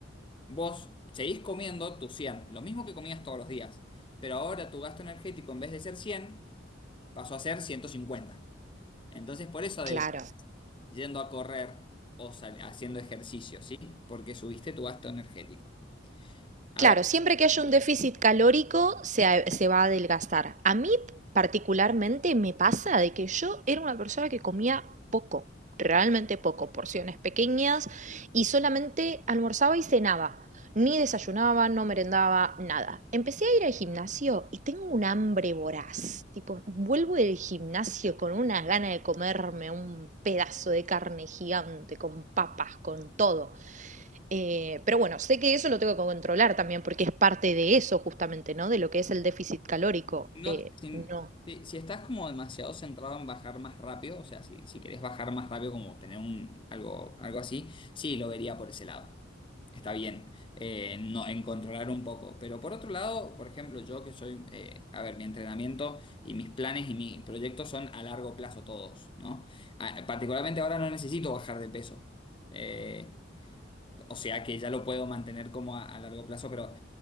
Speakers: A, on the left (about 25°); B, on the right (about 40°).
A: vos seguís comiendo tus 100, lo mismo que comías todos los días, pero ahora tu gasto energético en vez de ser 100 pasó a ser 150. Entonces, por eso adelgazás
B: claro.
A: yendo a correr o sal- haciendo ejercicio, ¿sí? Porque subiste tu gasto energético. A
B: Claro,
A: ver,
B: siempre que haya un déficit calórico se, a- se va a adelgazar. A mí particularmente me pasa de que yo era una persona que comía poco, realmente poco, porciones pequeñas y solamente almorzaba y cenaba. Ni desayunaba, no merendaba, nada. Empecé a ir al gimnasio y tengo un hambre voraz. Tipo, vuelvo del gimnasio con una gana de comerme un pedazo de carne gigante, con papas, con todo. Eh, pero bueno, sé que eso lo tengo que controlar también, porque es parte de eso justamente, ¿no? De lo que es el déficit calórico.
A: No,
B: Eh,
A: si,
B: no.
A: si- si estás como demasiado centrado en bajar más rápido, o sea, si, si querés bajar más rápido, como tener un, algo, algo así, sí, lo vería por ese lado. Está bien, eh, no, en controlar un poco. Pero por otro lado, por ejemplo, yo que soy, eh, a ver, mi entrenamiento y mis planes y mis proyectos son a largo plazo todos, ¿no? Ah, particularmente ahora no necesito bajar de peso. Eh, o sea que ya lo puedo mantener como a, a largo plazo, pero